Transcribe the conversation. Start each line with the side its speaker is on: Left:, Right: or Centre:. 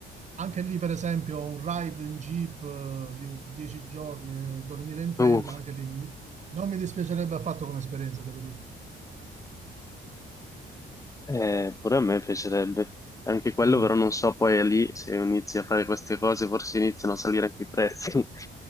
Right: Anche lì, per esempio, un ride in jeep eh, di 10 giorni, eh, dormire in tenda,
Left: Uh,
Right: anche lì non mi, non mi dispiacerebbe affatto come esperienza, te lo dico.
Left: eh, pure a me piacerebbe. Anche quello,
Right: Mm.
Left: però non so poi è lì se inizi a fare queste cose, forse iniziano a salire anche i prezzi. <laughs>